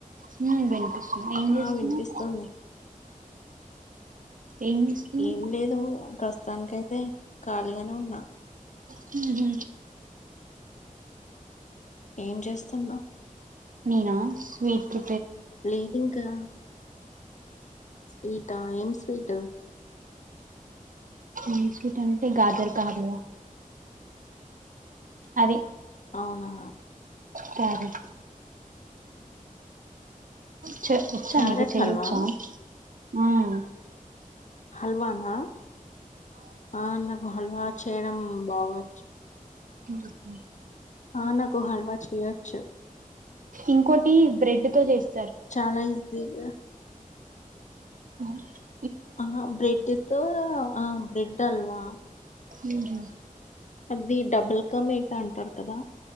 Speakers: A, on the right (about 70°); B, on the left (about 55°).
A: హుమ్ వినిపిస్తుంది ఏం చేస్తున్నావ్
B: ఆ వినిపిస్తుంది
A: ఏం చేస్తున్నావ్
B: ఏం లేదు ప్రస్తుతానికయితే ఖాళీగానే ఉన్నా
A: హుమ్ హూ
B: ఏం చేస్తున్నావ్
A: నేనా స్వీటు
B: లేదింకా ఇంకా ఏం స్వీటు
A: ఏం స్వీటంటే గాదెర కార్లు అది
B: అవునా
A: సరే చ వచ్చా
B: క్యారెట్
A: నీకు చెయ్యొచ్చా
B: హల్వా
A: హుమ్
B: హల్వానా ఆ నాకు హల్వా చేయడం బాగచ్చు
A: హుమ్
B: ఆ నాకు హల్వా చేయొచ్చు
A: ఇంకోటి బ్రెడ్ తో చేస్త
B: చాలా ఈజీగా
A: అ
B: ఆ బ్రెడ్ తో ఆ బ్రెడ్ హాల్వా
A: ఉహుమ్
B: అది డబుల్ కా మీటా అంటారు కదా